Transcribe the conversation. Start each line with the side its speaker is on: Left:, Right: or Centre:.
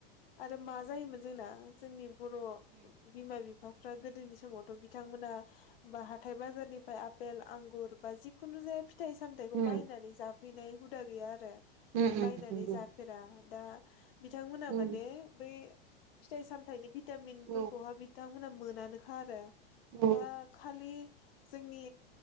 Left: आरो मा जायोमोन जोंना जोंनि बर' बिमा बिफा बिफाफ्रा गोदोनि समावथ' बिथांमोना बा हाथाय बाजारनि ओमफ्राय आफपेल आंगुर बा जिखुनु जाया फिथाइ सामथायाइखौ
Right: उम
Left: बायनानै जाफैनाय हुदा गैया आरो
Right: उम नंगौ
Left: बायनानै जाफेरा दा बिथांमोना
Right: उम
Left: माने बै फिथाइ साम थायनि भिटामिनफोरखौहाय
Right: औ
Left: बिथांमोनहा मोनानोखा आरो
Right: औ
Left: दा खालि जोंनि